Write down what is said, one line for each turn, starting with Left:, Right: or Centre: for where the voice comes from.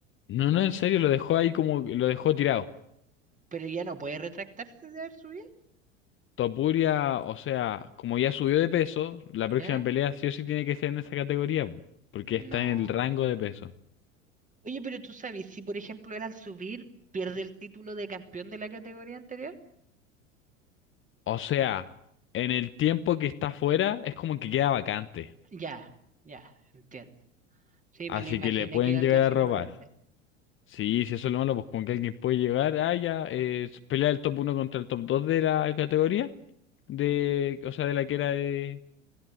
Left: No, no, en serio, lo dejó ahí como lo dejó tirado.
Right: ¿Pero ya no puede retractarse de haber subido?
Left: Topuria, o sea, como ya subió de peso, la próxima
Right: ¿Ya?
Left: pelea sí o sí tiene que ser en esa categoría, po, porque está
Right: No.
Left: en el rango de peso.
Right: Oye, pero tú sabes, si por ejemplo él al subir pierde el título de campeón de la categoría anterior.
Left: O sea, en el tiempo que está fuera es como que queda vacante,
Right: Ya, ya, entiendo. Sí,
Left: así
Right: me lo imaginé
Left: que le pueden
Right: que algo
Left: llegar
Right: así
Left: a robar.
Right: podía hacer.
Left: Sí, si eso es lo malo, pues como que alguien puede llegar, ah, ya, eh, pelea el top uno contra el top 2 de la categoría, de, o sea, de la que era de,